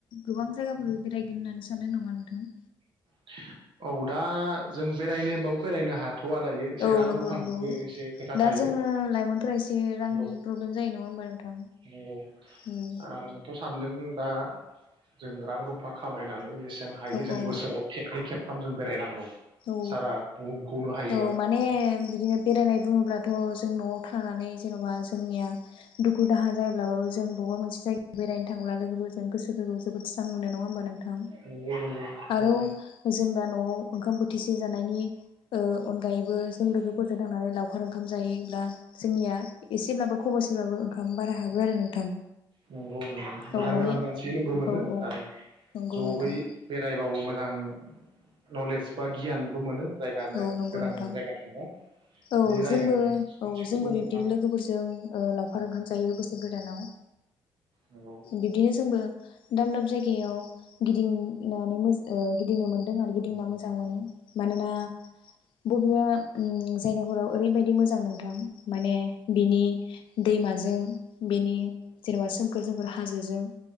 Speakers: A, on the left; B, on the right.
A: गोबां जायगाफोर बेरायगोन होननानै नो सानदों नामा नोंथां?
B: <inaudible> औ दा जों बेरायनो <unintelligible> बेरायनो हाथ थ'वा दायो एसे
A: औ
B: रां
A: नंगौ
B: रुफानिबो
A: नंगौ
B: एसे खोथा
A: दा
B: थायो
A: जोङो लाइमोनफोरा एसे रांनि
B: नंगौ
A: प्रब्लेम जायो नङा होमबा नोंथां?
B: नंगौ
A: उम
B: आंथ' सानदों दा जों रां रुफा खामायनानै इस हायो
A: औ
B: जों
A: औ
B: बोसोराव खेबनै खेबथामजों बेरायनांगौ।
A: औ
B: सारा बुहुमखौनो हायोबा
A: औ माने बिदिनो बेरायनाय बुङोब्लाथ' जों न'आव थानानै जेन'बा जोंनिया दुखु-दाहा जायोब्लाबो जों बबा मोन जायगायाव बेरायनो थांब्ला लोगोफोरजों गोसो गोरबोआव जोबोद स्रां मोनो। नङा होनोबा? नोंथां
B: नंगौ नंगौ औ
A: आरो जोंदा न'आव ओंखाम बोथ सो जानायनि ओ अनगायैबो जों लोगोफोरजों थांनानै लावखार ओंखाम जाहैयोब्ला जोंनिया एसेब्लाबो खबसेब्लाबो बो ओंखाम बारा हाबो आरो नोंथां।
B: नंगौ नंगौ गोदान
A: औ माने
B: गोदान मानसि लोगो मोनो
A: औ औ
B: आरो
A: नंगौ
B: ज'है
A: नोंथां
B: बेराय रावबो मोजां नलेज बा गियानबो मोनो। जायगा गोदान
A: औ नंगौ नोंथां
B: गोदान जायगा थांबा
A: औ
B: बे जायगानि
A: जोंबो
B: मानसिफोरखौ
A: औ जोंबो बिब्दिनो
B: हमना
A: लोगोफोरजों ओ लावखार ओंखाम जायो। बोसोर गोदानाव
B: नंगौ
A: बिब्दिनो जोंबो दाब दाब जायगायाव गिदिंनानै ओ गिदिंनो मोनदों आरो गिदिंना मोजां मोनो। मानोना बबेबा ओम जायगाफोराव ओरैबायदि मोजां नोंथां माने बिनि दैमाजों बेनि जेनेबा सोम <unintelligible> हाजोजों